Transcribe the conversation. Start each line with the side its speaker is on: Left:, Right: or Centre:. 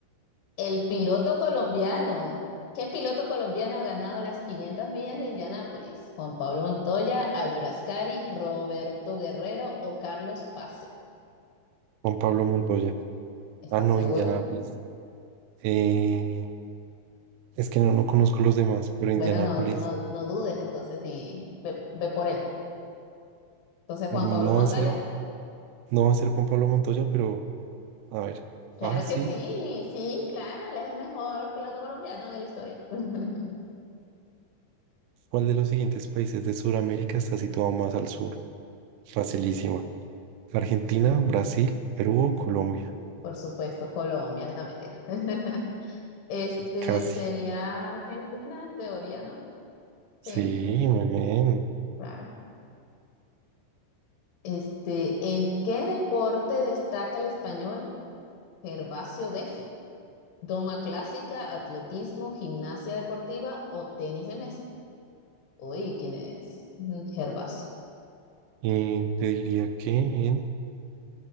Left: El piloto colombiano. ¿Qué piloto colombiano ha ganado las 500 millas de Indianápolis? Juan Pablo Montoya, Álvaro Ascari, Roberto Guerrero o Carlos Pase.
Right: Juan Pablo Montoya.
Left: ¿Estás
Right: Ah, no,
Left: seguro?
Right: Indianápolis. Eh, es que no, no conozco los demás, pero Indianápolis
Left: Bueno, no, no, no dudes entonces y ve, ve por él. Entonces, Juan
Right: no
Left: Pablo Montoya.
Right: va a ser, no va a ser Juan Pablo Montoya, pero a ver.
Left: Claro
Right: Ah, sí.
Left: que sí, sí, claro, él es el mejor piloto colombiano de la historia. <laughs>
Right: ¿Cuál de los siguientes países de Sudamérica está situado más al sur? Facilísima. Argentina, Brasil, Perú o Colombia.
Left: Por supuesto, Colombia, no mentira. <laughs> Este
Right: Y Casi.
Left: sería Argentina, en teoría, ¿no? Sí,
Right: Sí, muy bien.
Left: claro. Este, ¿en qué deporte destaca el español Gervasio Defe? ¿Doma clásica, atletismo, gimnasia deportiva o tenis de mesa? Uy, ¿quién es Mm, Gervasio?
Right: Y te diría que en